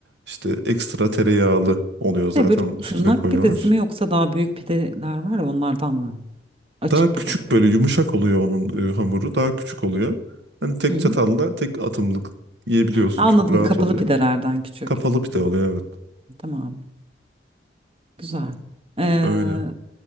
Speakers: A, on the right (about 70°); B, on the right (about 30°).
A: İşte ekstra tereyağlı oluyor zaten
B: Şey böyle
A: üstüne
B: tırnak
A: koyuyorlar.
B: pidesi mi yoksa daha büyük pideler var ya onlardan mı? Açık
A: Daha küçük
B: pide gibi.
A: böyle yumuşak oluyor onun e, hamuru. Daha küçük oluyor. Hani tek
B: Hı hı.
A: çatalla tek atımlık yiyebiliyorsun.
B: Ha, Anladım
A: Çok rahat
B: kapalı
A: oluyor.
B: pidelerden küçük.
A: Kapalı pide oluyor evet.
B: Tamam. Güzel. Ee,
A: Öyle.